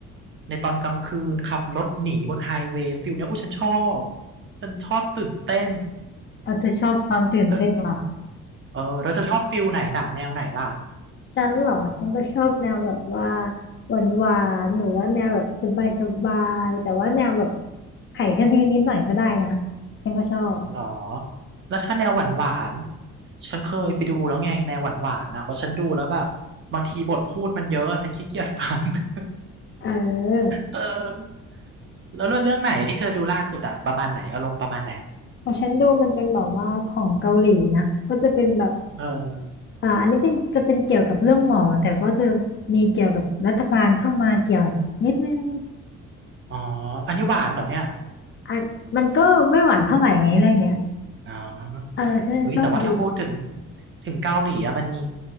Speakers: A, on the right (about 40°); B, on the left (about 40°).
A: ในตอนกลางคืนขับรถหนีบนไฮเวย์ฟิลเนี้ยโอ้ฉันชอบฉันชอบตื่นเต้น
B: เออเธอชอบความตื่นเต้นเหรอ
A: เธอเออแล้วเธอชอบฟิลไหนหนังแนวไหนล่ะ
B: ฉันเหรอฉันก็ชอบแนวแบบว่าหวานหวานหรือว่าแนวแบบสบายสบายแต่ว่าแนวแบบไขคดีนิดหน่อยก็ได้นะฉันก็ชอบ
A: หรอ แล้วถ้าแนวหวานหวานฉันเคยไปดูแล้วไงแนวหวานหวานอ่ะเพราะฉันดูแล้วแบบบางทีบทพูดมันเยอะอะฉันขี้เกียจฟัง <laughs>
B: เออ
A: เออแล้วเรื่องไหนอะที่เธอดูล่าสุดอะประมาณไหน อารมณ์ประมาณไหน
B: ของฉันดูมันเป็นแบบว่าของเกาหลีนะก็จะเป็นแบบ
A: เออ
B: อ่าอันนี้เป็นจะเป็นเกี่ยวกับเรื่องหมอแต่ก็จะมีเกี่ยวกับรัฐบาลเข้ามาเกี่ยวนิดนึง
A: อ๋อ อันนี้หวานเหรอเนี่ย
B: อ่ะมันก็ไม่หวานเท่าไหร่ไงเรื่องเนี้ย
A: อ๋อ
B: เออฉันชอบดู
A: อุ้ยแต่ว่าถ้าพูดถึงถึงเกาหลีอะมันมี